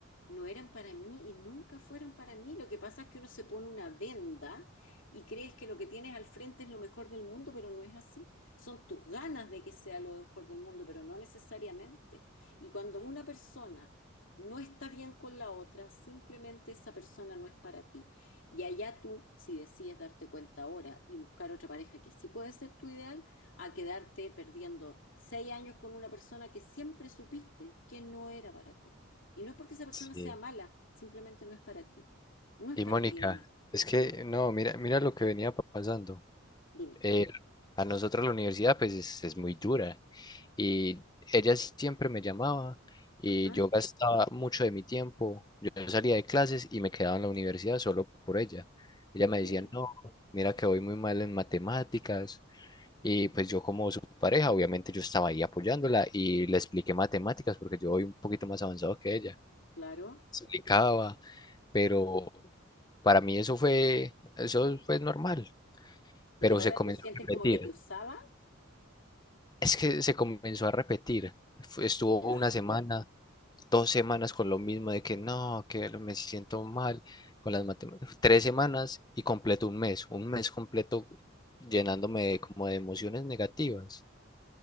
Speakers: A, on the left; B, on the left.
A: no eran para mí y nunca fueron para mí. Lo que pasa es que uno se pone una venda y crees que lo que tienes al frente es lo mejor del mundo, pero no es así. Son tus ganas de que sea lo mejor del mundo, pero no necesariamente. Y cuando una persona no está bien con la otra, simplemente esa persona no es para ti. Y allá tú, si decides darte cuenta ahora y buscar otra pareja que sí puede ser tu ideal, a quedarte perdiendo seis años con una persona que siempre supiste que no era para ti. Y no es porque esa persona
B: sí.
A: sea mala, simplemente no es para ti. No es
B: Y
A: para
B: Mónica,
A: ti nomás.
B: es que, no, mira, mira lo que venía pa- pasando.
A: Dime.
B: Eh, a nosotros la universidad, pues es, es muy dura. y ella siempre me llamaba y
A: Ajá,
B: yo gastaba mucho de mi tiempo. Yo salía de clases y me quedaba en la universidad solo por ella. Ella
A: ok,
B: me decía, no, mira que voy muy mal en matemáticas. Y pues yo como su pareja, obviamente yo estaba ahí apoyándola y le expliqué matemáticas porque yo voy un poquito más avanzado que ella.
A: claro.
B: Explicaba, pero para mí eso fue, eso fue normal,
A: Y
B: pero
A: ahora
B: se comenzó
A: tú sientes
B: a repetir.
A: como que te usaba,
B: Es que se comenzó a repetir. Fu- Estuvo
A: ¿ya?
B: una semana, dos semanas con lo mismo de que no, que lo- me siento mal con las matemáticas. Tres semanas y completo un mes, un mes completo llenándome de, como de emociones negativas.